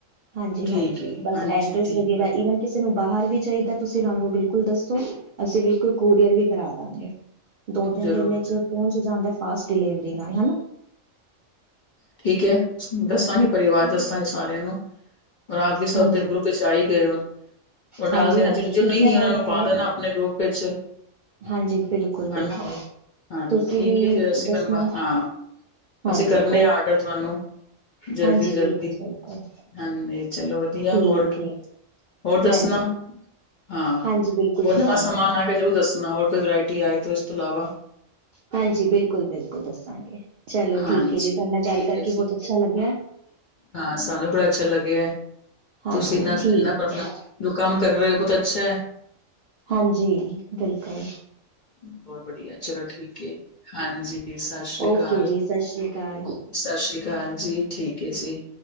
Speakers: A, on the right; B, on the left.
A: ਹਾਂਜੀ,
B: ਠੀਕ
A: ਹਾਂਜੀ
B: ਹੈ
A: ਬਸ
B: ਹਾਂਜੀ
A: ਐਡ੍ਰੈਸ
B: ਠੀਕ
A: ਵਗੈਰਹ
B: ਵਧੀਆ
A: ਇਵਨ ਕਿਸੇ ਨੂੰ ਬਾਹਰ ਵੀ ਚਾਹੀਦਾ ਤੁਸੀਂ ਸਾਨੂੰ ਬਿਲਕੁਲ ਦੱਸੋ, ਅਸੀਂ ਬਿਲਕੁਲ ਕੋਰੀਅਰ ਵੀ ਕਰਾ ਦਾਂਗੇ। ਦੋ -ਤਿੰਨ
B: ਜ਼ਰੂਰ
A: ਦਿਨ
B: ਜ਼ਰੂਰ
A: 'ਚ ਪਹੁੰਚ ਜਾਂਦਾ ਫਾਸਟ ਡਿਲੀਵਰੀ ਨਾਲ, ਹੈਨਾ।
B: ਠੀਕ ਹੈ, ਦੱਸਾਂਗੇ ਪਰਿਵਾਰ, ਦੱਸਾਂਗੇ ਸਾਰਿਆਂ ਨੂੰ, ਔਰ ਆਪ ਵੀ ਸਭ
A: ਹਾਂਜੀ
B: ਦੇ ਗਰੁੱਪ ਵਿੱਚ ਆ ਹੀ ਗਏ ਹੋ, ਉਹ
A: ਹਾਂਜੀ
B: ਡਾਲ ਦੇਣਾ
A: ਹਾਂਜੀ
B: ਜੀ, ਜੋ
A: ਕੀਤਾ
B: ਨਹੀਂ ਹੀ
A: ਮੈਨੇ
B: ਉਹਨਾਂ ਨੂੰ ਪਾ
A: ਐਡ
B: ਦੇਣਾ ਆਪਣੇ ਗਰੁੱਪ ਇੱਚ
A: ਹਾਂਜੀ ਬਿਲਕੁਲ
B: ਹੈਨਾ,
A: ਬਿਲਕੁਲ
B: ਹਾਂਜੀ,
A: ਤੁਸੀਂ
B: ਠੀਕ
A: ਵੀ
B: ਏ ਫਿਰ ਅਸੀ
A: ਦੱਸਣਾ
B: ਬਨਵਾ ਹਾਂ
A: ਹਾਂਜੀ
B: ਅਸੀਂ ਕਰਨੇ
A: ਉਹ
B: ਆ ਆਡਰ ਤੁਹਾਨੂੰ, ਜਲਦੀ
A: ਹਾਂਜੀ
B: ਤੋਂ
A: ਬਿਲਕੁਲ
B: ਜਲਦੀ,
A: ਬਿਲਕੁਲ
B: ਹਾਂਜੀ ਚਲੋ ਵਧ ਵਧੀਆ
A: ਠੀਕ
B: ਹੋਰ ਕੀ,
A: ਹੈ
B: ਹੋਰ ਦੱਸਣਾ
A: ਹਾਂਜੀ
B: ਹਾਂ,
A: ਹਾਂਜੀ ਬਿਲਕੁਲ
B: ਹੋਰ
A: ਦੱਸਾਂਗੇ
B: ਨਵਾ ਸਮਾਨ ਆੲਗਾ ਜਰੂਰ ਦੱਸਣਾ, ਹੋਰ ਕੋਈ ਵਰਾਇਟੀ ਆਏ ਤੇ ਇਸ ਤੋਂ ਇਲਾਵਾ
A: ਹਾਂਜੀ ਬਿਲਕੁਲ, ਬਿਲਕੁਲ ਦੱਸਾਂਗੇ, ਚਲੋ
B: ਹਾਂਜੀ
A: ਠੀਕ ਏ ਜੀ ਤੁਹਾਡੇ ਨਾਲ
B: ਠੀਕ
A: ਗੱਲ ਕਰਕੇ
B: ਹੈ
A: ਬਹੁਤ
B: ਜੀ
A: ਅੱਛਾ ਲੱਗਿਆ।
B: ਹਾਂ, ਸਾਨੂੰ ਬੜਾ ਅੱਛਾ ਲੱਗਿਐ।
A: ਹਾਂਜੀ
B: ਤੁਸੀ ਇੰਨਾ,
A: ਠੀਕ
B: ਇਨਾ
A: ਹੈ
B: ਮਤਲਬ,
A: ਜੀ
B: ਜੋ ਕੰਮ ਕਰ ਰਹੇ ਹੋ ਬਹੁਤ ਅੱਛਾ।
A: ਹਾਂਜੀ, ਬਿਲਕੁਲ।
B: ਬਹੁਤ ਬੜੀਆ, ਚਲੋ ਠੀਕ ਏ, ਹਾਂਜੀ 'ਸਤਿ ਸ੍ਰੀ ਅਕਾਲ'।
A: ਓਕੇ ਜੀ
B: 'ਸਤਿ
A: ਸਤਿ ਸ਼੍ਰੀ ਅਕਾਲ
B: ਸ਼੍ਰੀ ਅਕਾਲ ਜੀ'ਠੀਕ ਏ ਜੀ।